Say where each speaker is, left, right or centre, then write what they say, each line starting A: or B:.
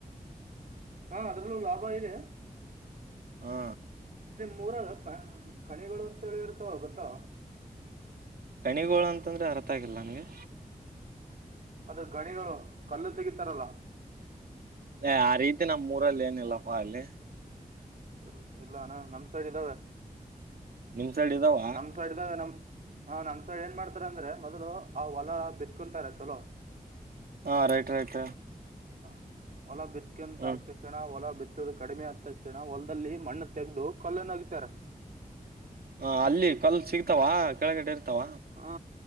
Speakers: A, on the right; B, on the right.
A: ಹಾ ಅದ್ರಲ್ಲೂ ಲಾಭ ಇದೆ
B: ಹಾ
A: ಮೂರ ಕಣಿಗಳು ಅಂತ ಹೇಳಿ ಇರ್ತಾವ ಗೊತ್ತಾವ
B: ಕಣಿಗೋಳ ಅಂತಂದ್ರೆ ಅರ್ಥ ಆಗಿಲ್ಲ ನನ್ಗೆ
A: ಅದು ಗಣಿಗಳು ಕಲ್ಲು ತಗಿತಾರಲ್ಲ
B: ಏ ಆ ರೀತಿ ನಮ್ಮ್ ಊರಲ್ಲಿ ಏನಿಲ್ಲಪ್ಪಾ ಅಲ್ಲಿ
A: ಇಲ್ ಇಲ್ಲ ಅಣ ನಮ್ಸಡ ಇದಾವೆ
B: ನಿಮ್ ಸೈಡ್ ಇದಾವ
A: ನಮ್ಮ ಸಡಿದ ನಮ ಹ ನನ್ಸಲ್ ಏನ್ ಮಾಡ್ತಾರ ಅಂದ್ರೆ ಮೊದ್ಲು ಆ ಹೊಲ ಬಿತ್ಕೊಂತಾರೆ ಚಲೋ
B: ಹಾ ರೈಟ್ ರೈಟ್
A: ಹ ಹೊಲ ಬಿತ್ಕಂತ
B: ಹ್ಮ್
A: ಆಗ್ತಕ್ಷಣ ಹೊಲ ಕಡಿಮೆ ಆದ ತಕ್ಷಣ ಒಲ್ ಲ್ಲಿ ಮಣ್ಣು ತೆೆಗೆದು ಕಲ್ಲನಗಿತಾರೆ
B: ಹ ಅಲ್ಲಿ ಕಲ್ ಸಿಗ್ತಾವ ಕೆಳಗಡೆ ಇರ್ತಾವ
A: ಹಾ